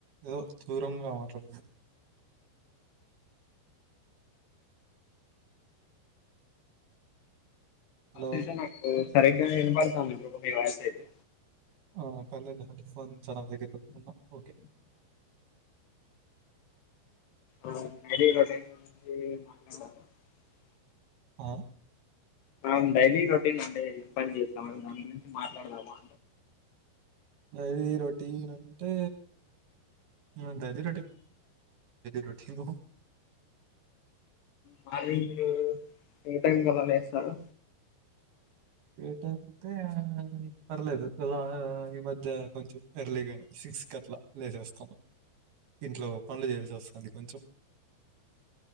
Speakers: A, on the right; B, on the left.
A: ఏదో దూరంగా మాట్లా హలో!
B: అయితే నాకు సరిగ్గా వినపడ్తాంది ఇప్పుడు మీ వాయిస్ అయితే
A: అ పర్లేదులే అంటే ఫోన్ చానా దగ్గర పెట్టుకున్న ఓకే
B: ఆ నడిలా టైం నుంచి మాట్లాడారు <unintelligible>
A: అ
B: మనం డైలీ రొటీన్ అంటే పని చేస్తాం గానీ మాట్లాడదామా
A: డైలీ రొటీన్ అంటే త డైలీ రొటీను
B: మార్నింగ్ మీరు ఏ టైమ్ కల్ల లేస్తారు
A: ఏ టైమ్ అంటె పర్లేదు ఎలా ఈ మధ్య కొంచెం ఎర్లీగనే లేసి సిక్స్ క్కట్ల లేసేస్తమ్ ఇంట్లో పనులు చేయాల్సి వస్తది కొంచెం